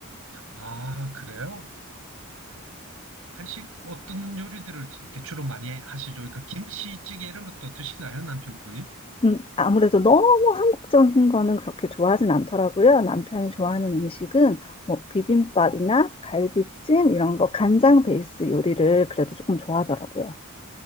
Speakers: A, on the right; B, on the left.
A: 아 그래요? 한식 어떤 요리들을 이렇게 주로 많이 하시죠? 그러니까 김치찌개 이런 것도 드시나요 남편분이?
B: 음, 아무래도 너무 한국적인 거는 그렇게 좋아하진 않더라고요. 남편이 좋아하는 음식은 뭐 비빔밥이나 갈비찜 이런 거 간장 베이스 요리를 그래도 조금 좋아하더라고요.